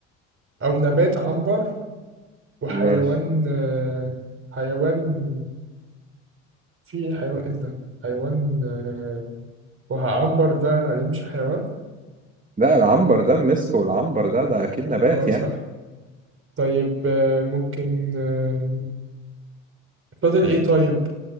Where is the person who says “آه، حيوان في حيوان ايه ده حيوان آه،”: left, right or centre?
Right